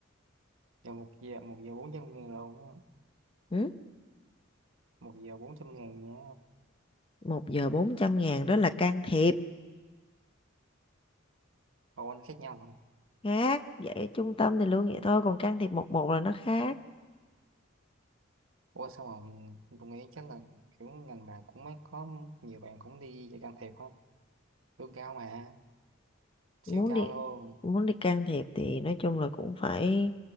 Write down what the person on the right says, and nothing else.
giờ một giờ một giờ bốn trăm ngàn rồi
một giờ bốn trăm ngàn nha
Ồ anh khác nhau mà
Ủa sao mà ừm, tôi nghĩ chắc là kiểu ngành bạn cũng mới có nhiều bạn cũng đi dạy can thiệp không lương cao mà
siêu cao
luôn